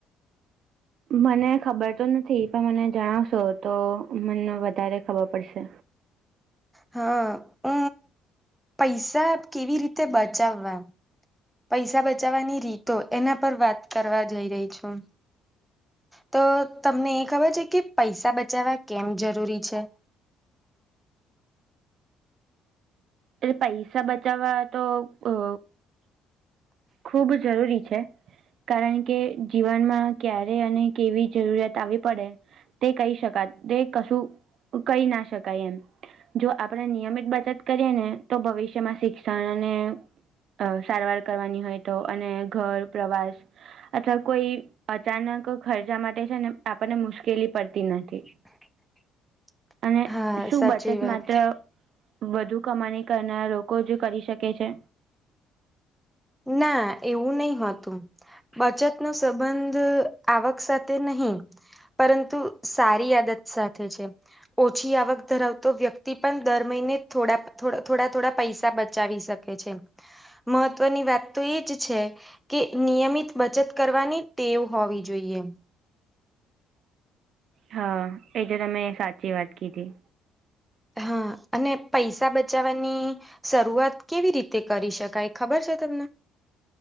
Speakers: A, on the right; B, in the centre.
A: મને ખબર તો નથી પણ મને જણાવશો તો મને વધારે ખબર પડશે.
B: હા હ પૈસા કેવી રીતે બચાવવા. પૈસા બચાવવાની રીતો એના પર વાત કરવા જઈ રહી છું. તો તમને એ ખબર છે કે પૈસા બચાવવા કેમ જરૂરી છે.
A: એટલે પૈસા બચાવવા તો અ ખૂબ જરૂરી છે કારણ કે જીવનમાં ક્યારે અને કેવી જરૂરિયાત આવી પડે તે કહી શકાય તે કશું કહી ના શકાય એમ. જો આપણે નિયમિત બચત કરીએ ને તો ભવિષ્યમાં શિક્ષણ અને અ સારવાર કરવાની હોય તો અને ઘર પ્રવાસ અથવા કોઈ અચાનક ખર્ચા માટે છે ને આપણને મુશ્કેલી પડતી નથી.
B: <unintelligible>
A: અને
B: હા
A: શું
B: સાચી
A: બચત
B: વાત.
A: માત્ર વધુ કમાણી કરના લોકો જ કરી શકે છે.
B: ના એવું નહી હોતું. બચત નો સંબંધ આવક સાથે નહી. પરંતુ સારી આદત સાથે છે. ઓછી આવક ધરાવતો વ્યક્તિ પણ દર મહિને થોડા થોડા થોડા પૈસા બચાવી શકે છે મહત્વનુ મહત્વ ની વાત તો એ જ છે કે નિયમિત બચત કરવાની ટેવ હોવી જોઈએ.
A: હા એજ તમે સાચી વાત કીધી
B: હા અને પૈસા બચાવવાની શરૂઆત કેવી રીતે કરી શકાય ખબર છે તમને.